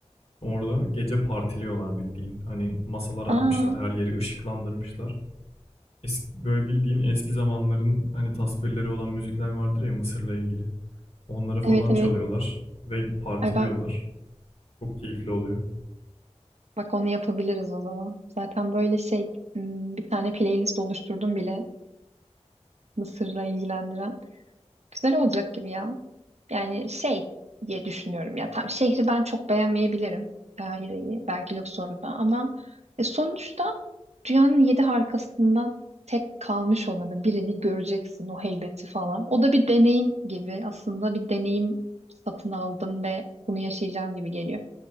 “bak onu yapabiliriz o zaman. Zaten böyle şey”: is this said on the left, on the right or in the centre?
Right